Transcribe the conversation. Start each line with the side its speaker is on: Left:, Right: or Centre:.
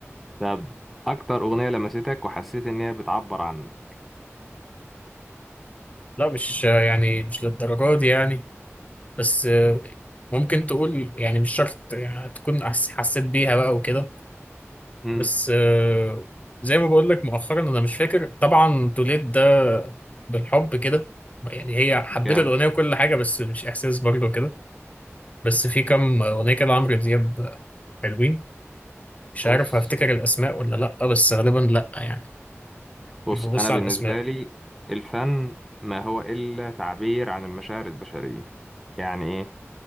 Centre: طب اكتر اغنيه لمستك وحسيت ان هي بتعبر عنك
Left: لا مش آه، يعني مش للدرجه دي يعني بس آه، ممكن تقول يعني مش شرط يعني تكون أحس- حسيت بيها بقى وكده
Centre: امم
Left: بس آه، زي ما بقول لك مؤخرا انا مش فاكر طبعا توليد ده بالحب كده يعني هي حبيت
Centre: جامد
Left: الاغنيه وكل حاجه بس مش احساس برضه كده بس في كام اغنيه كده عمرو دياب حلوين مش
Centre: بص
Left: عارف هفتكر الاسماء ولا لا بس غالبا لا يعني
Centre: بص
Left: مش ببص
Centre: انا
Left: على
Centre: بالنسبه
Left: الاسماء
Centre: لي الفن ما هو الا تعبير عن المشاعر البشريه يعني ايه